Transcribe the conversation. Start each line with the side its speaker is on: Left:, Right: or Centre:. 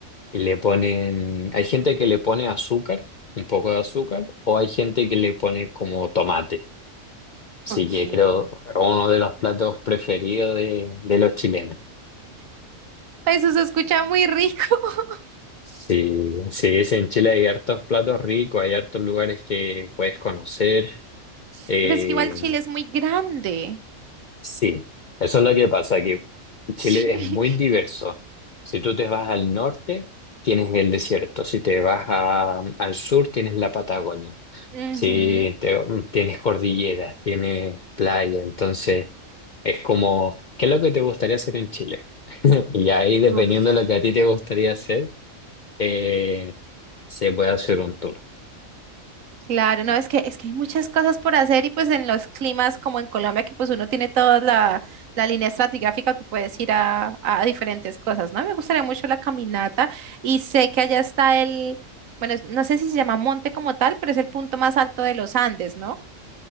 Left: y le ponen, hay gente que le pone azúcar, un poco de azúcar, o hay gente que le pone como tomate. Así
Right: Ok.
Left: que creo uno de los platos preferidos de, de los chilenos.
Right: Eso se escucha muy rico. <laughs>
Left: Sí, sí, es en Chile hay hartos platos ricos, hay hartos lugares que puedes conocer.
Right: Sí,
Left: Eh,
Right: Pues que igual Chile es muy grande.
Left: Sí, eso es lo que pasa, que
Right: Sí.
Left: Chile es muy diverso. Si tú te vas al norte, tienes el desierto. Si te vas a- al sur, tienes la Patagonia.
Right: Ujú.
Left: Si te- tienes cordilleras, tienes playa. Entonces, es como, ¿qué es lo que te gustaría hacer en Chile? <laughs> Y ahí, dependiendo
Right: Uf.
Left: de lo que a ti te gustaría hacer, eh, se puede hacer un tour.
Right: Claro, no, es que, es que hay muchas cosas por hacer y pues en los climas como en Colombia que pues uno tiene toda la, la línea estratigráfica, tú puedes ir a, a diferentes cosas, ¿no? Me gustaría mucho la caminata y sé que allá está el, bueno, es- no sé si se llama monte como tal, pero es el punto más alto de los Andes, ¿no?